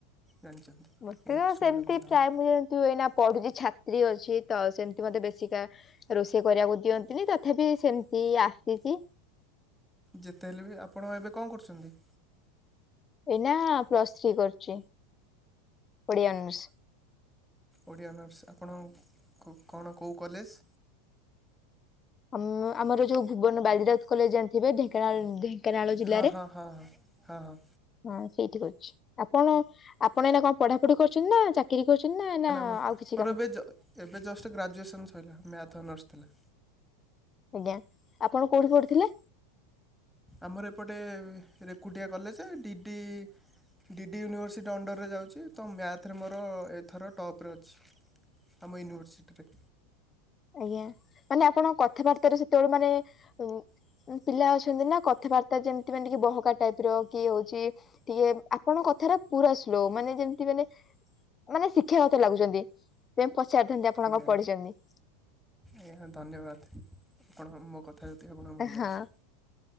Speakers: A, in the centre; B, on the left.
A: ଜାଣିଛନ୍ତି।
B: ମୋତେ
A: ଟିକେ ଶୁଣିଲେ
B: ସେମିତି
A: ଭଲ ଲାଗନ୍ତା
B: ପ୍ରାୟ ମୁଁ ଯେମିତି ଏଇନା ପଢୁଛି ଛାତ୍ରୀ ଅଛି ତ ସେମିତି ମତେ ବେଶୀକା ରୋଷେଇ କରିବାକୁ ଦିଅନ୍ତିନି ତଥାପି ସେମିତି ଆସିଚି।
A: ଯେତେ ହେଲେ ବି ଆପଣ ଏବେ କଣ କରୁଛନ୍ତି?
B: ଏଇନା ପ୍ଲସ୍ ଥ୍ରୀ କରୁଛି ଓଡିଆ ଅନର୍ସ।
A: ଓଡ଼ିଆ ଅନର୍ସ ଆପଣ କଣ କୋଉ କଲେଜ?
B: ଆମ ଆମର ଯୋଉ ଭୁବନ ବାଜିରାଉତ କଲେଜ ଜାଣିଥିବେ ଢେଙ୍କାନଳ ଢେଙ୍କାନାଳ ଜିଲ୍ଲାରେ।
A: ହଁ ହଁ ହଁ ହଁ ହଁ ହଁ
B: ହଁ ସେଇଠି ରହିଚି ଆପଣ ଆପଣ ଏଇନା କଣ ପଢାପଢି କରୁଛନ୍ତି ନା ଚା ଚାକିରୀ କରୁଛନ୍ତି ନା ଏଇନା
A: ମୋର
B: ଆଉ କିଛି
A: ମୋର
B: କାମ
A: ଏବେ ଏବେ ଜଷ୍ଟ ଗ୍ରାଜୁଏସନ୍ ସରିଲା ମ୍ୟାଥ୍ ଅନର୍ସ ଥିଲା।
B: ଆଜ୍ଞା ଆପଣ କୋଉଠି ପଢୁଥିଲେ?
A: ଆମର ଏପଟେ Rekutia college D D DD university ଅଣ୍ଡରରେ ଯାଉଛି ତ ମ୍ୟାଥରେ ମୋର ଏଥର ଟପ୍ ରେ ଅଛି। ଆମ ୟୁନିଭାର୍ସିଟି ରେ।
B: ଆଜ୍ଞା ମାନେ ଆପଣ କଥାବାର୍ତ୍ତା ରୁ ସେତେବେଳେ ମାନେ ଉ ପିଲା ଅଛନ୍ତି ନା କଥାବାର୍ତ୍ତା ଯେମିତି ମାନେ କି ବହକା ଟାଇପ ର କି ହଉଛି। ଟିକେ ଆପଣଙ୍କ କଥା ଟା ପୁରା ସ୍ଲୋ ମାନେ ଯେମତି ମାନେ ମାନେ ଶିକ୍ଷା ଗତ ଲାଗୁଛନ୍ତି ଯେ ପଚାରିଥାନ୍ତି ଆପଣ
A: ଆଜ୍ଞା
B: କଣ ପଢିଛନ୍ତି।
A: ଆଜ୍ଞା ଧନ୍ୟବାଦ ଆପଣ ମୋ କଥା ଯଦି ଆପଣଙ୍କୁ ଭଲ
B: ହଁ
A: ଲାଗିଛି।